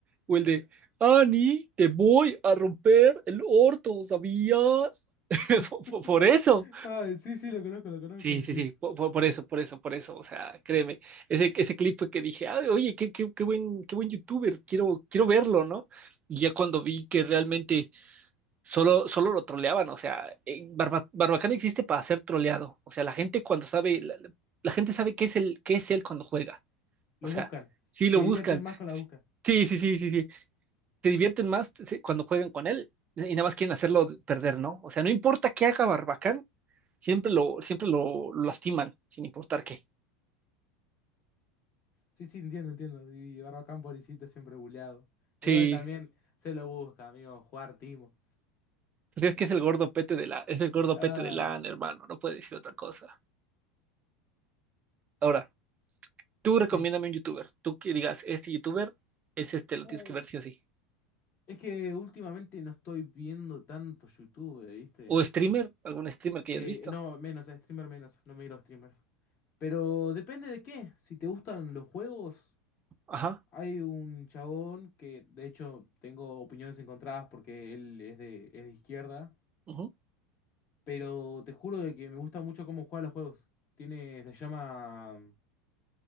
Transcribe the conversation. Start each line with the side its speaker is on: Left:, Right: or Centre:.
Right: O el de Ani, te voy a romper el orto, ¿sabías? <laughs>
Left: <laughs>
Right: Por por- por eso.
Left: Ay, sí, sí, lo conozco, lo conozco,
Right: Sí,
Left: los
Right: sí,
Left: clips.
Right: sí, po- po- por, eso, por eso, por eso, o sea, créeme, ese, ese clip fue que dije, "Ay, oye, qué, qué, qué buen, qué buen youtuber, quiero, quiero verlo, ¿no? Y ya cuando vi que realmente Solo, solo lo troleaban, o sea, eh, Barba- Barbacana existe para ser troleado. O sea, la gente cuando sabe, la, la- la gente sabe qué es el, qué es él cuando juega.
Left: Los
Right: O sea,
Left: buscan,
Right: sí
Left: se
Right: lo
Left: divierten
Right: buscan.
Left: más con la busca.
Right: Sí, sí, sí, sí, sí. Te divierten más sí, cuando juegan con él y nada más quieren hacerlo perder, ¿no? O sea, no importa qué haga Barbacán, siempre lo, siempre lo, lo lastiman, sin importar qué.
Left: Sí, sí, entiendo, entiendo. Y Barbacán, pobrecito, siempre buleado.
Right: Sí,
Left: Y también se lo busca, amigo, jugar timo.
Right: pues es que es el gordo pete de la, es el gordo
Left: Ah,
Right: pete de LAN, hermano, no puede decir otra cosa. Ahora. Tú
Left: sí.
Right: recomiéndame un youtuber. Tú que digas, este youtuber es este, lo
Left: Uh,
Right: tienes que ver sí o sí.
Left: es que últimamente no estoy viendo tanto YouTube, ¿viste?
Right: O streamer, algún streamer que
Left: Eh,
Right: hayas visto.
Left: no, menos, eh, streamer menos, no miro streamers. Pero depende de qué. Si te gustan los juegos,
Right: Ajá.
Left: hay un chabón que, de hecho, tengo opiniones encontradas porque él es de, es de izquierda.
Right: ujú,
Left: Pero te juro de que me gusta mucho cómo juega los juegos. Tiene, se llama...